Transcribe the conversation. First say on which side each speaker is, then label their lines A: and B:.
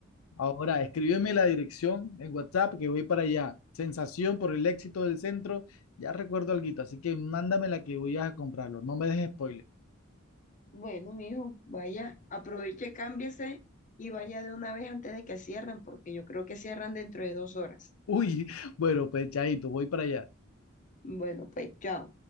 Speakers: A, on the left; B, on the left.
A: Ahora, escríbeme la dirección en WhatsApp que voy para allá. Sensación por el éxito del centro. Ya recuerdo alguito, así que mándame la que voy a comprarlo. No me dejes spoiler.
B: Bueno, mijo, vaya, aproveche, cámbiese y vaya de una vez antes de que cierren, porque yo creo que cierran dentro de dos horas.
A: Uy, <laughs> bueno, pues chaito, voy para allá.
B: Bueno, pues chao.